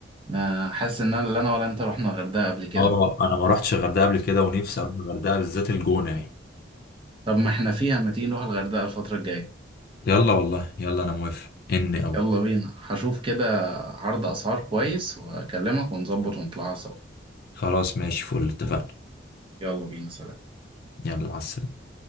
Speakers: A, on the right (about 30°); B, on the left (about 50°).
A: ما حاسس إن أنا لا أنا ولا أنت رحنا الغردقة قبل كده
B: اه انا ما رحتش الغردقه قبل كده ونفسي اروح الغردقه بالذات الجونه يعني
A: طب ما احنا فيها ما تيجي نروح الغردقة الفترة الجاية
B: يلا والله يلا انا موافق اني اوي
A: يلا بينا هشوف كده عرض أسعار كويس وأكلمك ونظبط ونطلعها سوا
B: خلاص ماشي فل اتفقنا
A: يلا بينا سلام
B: يلا مع السلامة